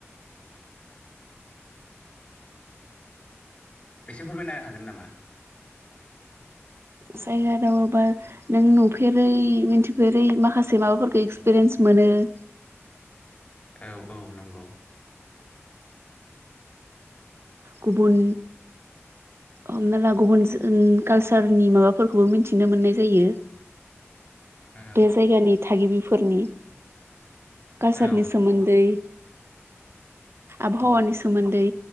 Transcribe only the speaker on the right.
<inaudible>
जायगा दावबायोबा नों नुफेरै मिथिफेरै माखासे माबाफोरखौ एक्सपिरियेन्स मोनो। <inaudible>
गुबुन हमना ला गुबुन कालसारनि माबाफोरखौबो मिथिनो मोननाय जायो।
बे जायगानि थागिबिफोरनि कालसारनि
सोमोनदै आबहावानि सोमोन्दै